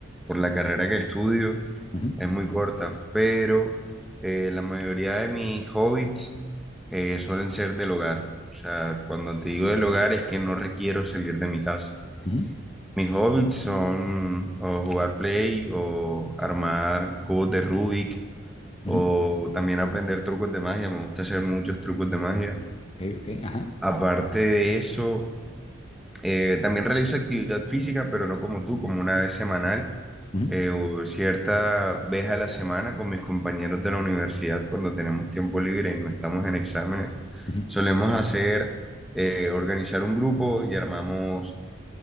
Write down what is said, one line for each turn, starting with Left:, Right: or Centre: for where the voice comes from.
Centre: por la carrera que estudio
Left: ujú,
Centre: es muy corta, pero eh, la mayoría de mis hobbies eh, suelen ser del hogar. O sea, cuando te digo del hogar es que no requiero salir de mi casa.
Left: ujú,
Centre: Mis hobbies son o jugar play o armar cubos de Rubik o
Left: ujú,
Centre: también aprender trucos de magia, me gusta hacer muchos trucos de magia.
Left: Ok, ok, ajá.
Centre: Aparte de eso, eh, también realizo actividad física, pero no como tú, como una vez semanal,
Left: ujú,
Centre: eh, o cierta vez a la semana con mis compañeros de la universidad cuando tenemos tiempo libre y no estamos en exámenes.
Left: ujú,
Centre: Solemos hacer, eh, organizar un grupo y armamos